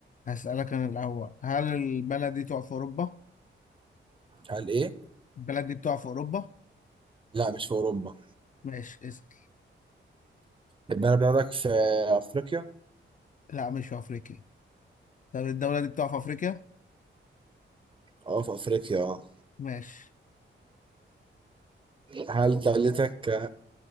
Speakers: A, on the left; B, on the right.
A: هسألك أنا الأول هل البلد دي تقع في أوروبا؟
B: هل ايه
A: البلد دي بتقع في أوروبا؟
B: لا مش في اوروبا
A: ماشي اسأل
B: البلد بتاعتك في افريقيا
A: لا مش في أفريقيا طب الدولة دي بتقع في أفريقيا؟
B: اه في افريقيا اه.
A: ماشي
B: هل دولتك